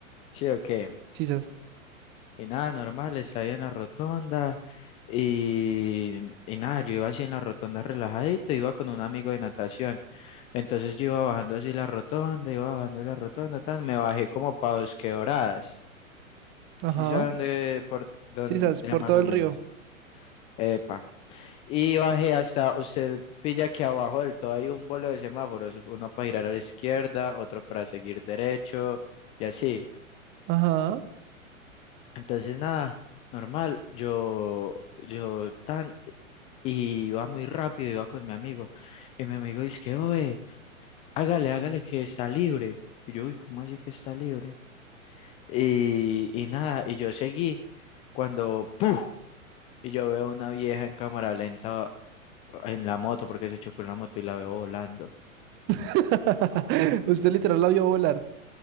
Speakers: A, on the left; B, on the right.
A: sí o qué.
B: Sisas.
A: Y nada, normal, estaba ahí en la rotonda. Y, y nada, yo iba así en la rotonda relajadito, iba con un amigo de natación. Entonces yo iba bajando así la rotonda, iba bajando la rotonda, tan, me bajé como para Bosque Doradas.
B: Ajá.
A: ¿Sí saben de por dónde
B: Sisas, por
A: más
B: todo
A: o
B: el
A: menos?
B: río.
A: Epa. Y bajé hasta, usted pilla que abajo del todo hay un bolo de semáforos, uno para girar a la izquierda, otro para seguir derecho y así.
B: Ajá.
A: Entonces nada, normal, yo, yo tan, y iba muy rápido, iba con mi amigo, y mi amigo dice que, oye, hágale, hágale que está libre. Y yo, uy, ¿cómo así que está libre? Y, y nada, y yo seguí cuando, ¡puf! Y yo veo una vieja en cámara lenta en la moto porque se chocó en la moto y la veo volando.
B: <laughs> Usted literal la vio volar.